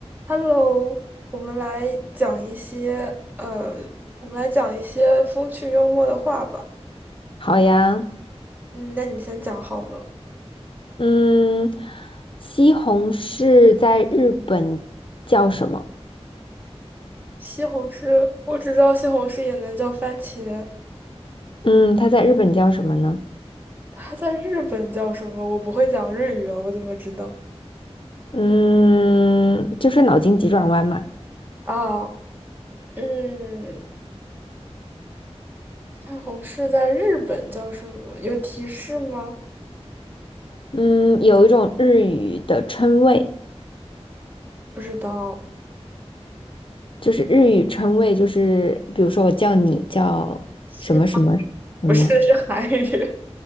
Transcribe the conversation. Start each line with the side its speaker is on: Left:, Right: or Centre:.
Right: Hello，我们来讲一些呃，我们来讲一些风趣幽默的话吧。
Left: 好呀，
Right: 嗯，那你先讲好了。
Left: 嗯，西红柿在日本叫什么？
Right: 西红柿，我只知道西红柿也能叫番茄，
Left: 嗯，它在日本叫什么呢？
Right: 它在日本叫什么？我不会讲日语啊，我怎么知道？
Left: 嗯，就是脑筋急转弯嘛。
Right: 啊，嗯，西红柿在日本叫什么？有提示吗？
Left: 嗯，有一种日语的称谓，
Right: 不知道，
Left: 就是日语称谓，就是比如说我叫你叫什么什么什么。
Right: 西不是是韩语。